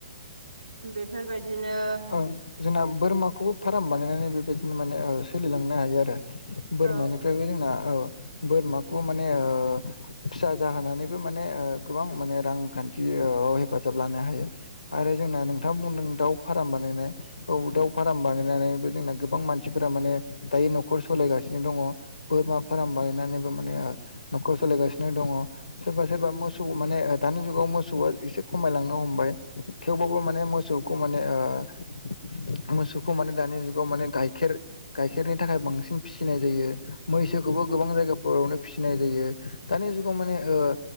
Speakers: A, on the right; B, on the left.
A: बेफोरबायदिनो
B: ओं जोंना बोरमाखौबो फार्म बानायनानै बेबायदिनो माने सोलिलांनो हायो आरो। बोरमानिफ्रायबो
A: औ
B: जोंना औ बोरमाखौ माने ओ फिसा जाहोनानैबो माने ओ गोबां माने रांखान्थि ओ हेफाजाब लानो हायो। आरो जोंना नोंथां बुंदों दाउ फार्म बानायनाय औ
A: उम
B: दाउ फार्म बानायनानैबो जोंना गोबां मानसि मानसिफोरा माने दायो न'खर सालायगासिनो दङ बोरमा
A: उम
B: फार्म बानायनानैबो माने न'खर सोलिगासिनो दङ। सोरबा सोरबा मोसौ माने दानि जुगाव मोसौआ एसे खमायलांनो हमबाय थेव बाब माने मोसौ ने ओ मोसौखौ माने दानि जुगाव माने गाइखेर गाइखेरनि थाखाय बांसिन फिसिनाय जायो। मैसोखौबो गोबां जायगाफोरावनो फिसिनाय जायो दानि जुगाव माने ओ